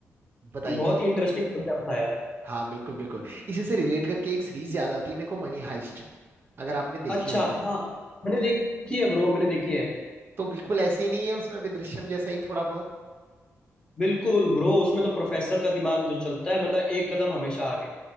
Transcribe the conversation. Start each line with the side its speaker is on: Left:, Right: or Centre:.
Right: बताइए
Left: बहुत
Right: आप
Left: ही इंटरेस्टिंग कॉन्सेप्ट था यार
Right: हाँ बिल्कुल बिल्कुल इसी से रिलेट करके एक सीरीज याद आती है मेरे को मनी हाइस्ट अगर आपने देखी
Left: अच्छा
Right: हो तो
Left: हाँ मैंने देखी है ब्रो मैंने देखी है
Right: तो बिल्कुल ऐसे ही नहीं है उसमें भी दृश्यम जैसा ही थोड़ा बहुत
Left: बिल्कुल ब्रो उसमें तो प्रोफेसर का दिमाग जो चलता है मतलब एक कदम हमेशा आगे